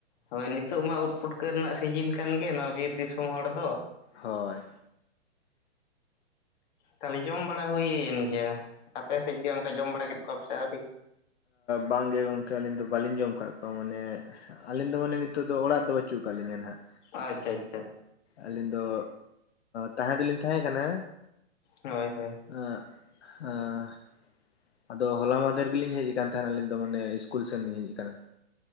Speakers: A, on the left (about 40°); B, on the left (about 65°).
A: ᱦᱳᱭ, ᱱᱤᱛᱳ ᱢᱟ ᱩᱫᱽᱯᱩᱴᱠᱟᱹ ᱨᱮᱱᱟᱜ ᱥᱤᱡᱤᱱ ᱠᱟᱱ ᱜᱮ ᱱᱚᱣᱟ ᱵᱤᱨ ᱫᱤᱥᱚᱢ ᱦᱚᱲ ᱫᱚ ᱾
B: ᱦᱳᱭ ᱾
A: ᱛᱟᱦᱚᱞᱮ ᱡᱚᱢ ᱵᱟᱲᱟ ᱦᱩᱭᱮᱱ ᱜᱮᱭᱟ ᱟᱯᱮ ᱥᱮᱫ ᱜᱮ ᱚᱱᱠᱟ ᱡᱚᱢ ᱵᱟᱲᱟ ᱠᱮᱫ ᱠᱚᱣᱟ ᱯᱮ ᱥᱮ ᱟᱹᱣᱨᱤᱭᱟ
B: ᱵᱟᱝᱜᱮ ᱜᱚᱢᱠᱮ ᱟᱹᱞᱤᱧ ᱫᱚ ᱵᱟᱹᱞᱤᱧ ᱡᱚᱢ ᱟᱠᱟᱫ ᱠᱚᱣᱟ ᱢᱟᱱᱮ ᱟᱹᱞᱤᱧ ᱫᱚ ᱢᱟᱱᱮ ᱱᱤᱛᱚᱜ ᱫᱚ ᱚᱲᱟᱜ ᱫᱚ ᱵᱟᱹᱪᱩᱜ ᱟᱠᱟᱫ ᱞᱤᱧᱟᱹ ᱱᱟᱜ
A: ᱟᱪᱪᱷᱟ ᱟᱪᱪᱷᱟ
B: ᱟᱹᱞᱤᱧ ᱫᱚ ᱛᱟᱦᱮᱸ ᱫᱚᱞᱤᱧ ᱛᱟᱦᱮᱸ ᱠᱟᱱᱟ
A: ᱦᱳᱭ ᱦᱳᱭ
B: <unintelligible> ᱟᱫᱚ ᱦᱚᱞᱟ ᱢᱟᱫᱮᱨ ᱜᱮᱞᱤᱧ ᱦᱮᱡ ᱟᱠᱟᱱ ᱛᱟᱦᱮᱸ ᱟᱹᱞᱤᱧ ᱫᱚ ᱢᱟᱱᱮ ᱤᱥᱠᱩᱞ ᱥᱮᱱ ᱞᱤᱧ ᱦᱮᱡ ᱟᱠᱟᱱᱟ